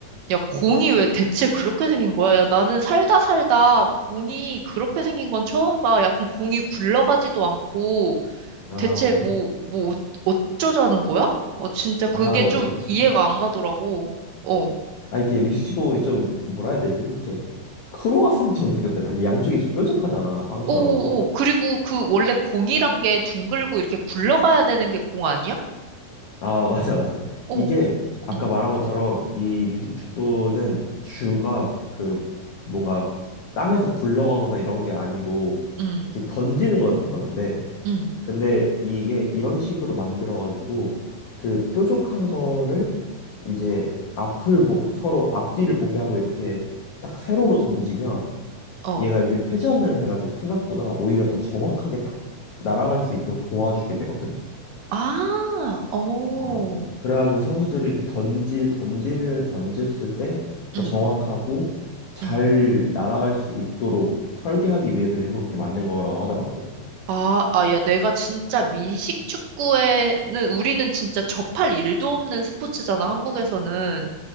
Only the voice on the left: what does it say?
아,
아, 예,
그치.
아 이게 미식축공이 좀 뭐라 해야 되지? 이렇게 크로와상처럼 생겼잖아. 이 양쪽이 좀 뾰족하잖아, 빵처럼.
아, <laughs> 맞아, 맞아.
이게 아까
말한 것처럼 이 미식축구는 주가 그 뭔가 땅에서 굴러가거나 이런 게 아니고
이렇게 던지는 거여서 그러는데
근데 이게 이런 식으로 만들어가지고 그 뾰족한 거를 이제 앞을 보, 서로 앞뒤를 보게 하고 이렇게 딱 세로로 던지면
얘가 이렇게 회전을 해가지고 생각보다 오히려 더 정확하게 딱 날아갈 수 있도록 도와주게 되거든.
어. 그래가지고 선수들이 이렇게 던지 던지는 던졌을 때 더
정확하고 잘
날아갈 수 있도록 설계하기 위해서 일부러 그렇게 만든 거라고 하더라고.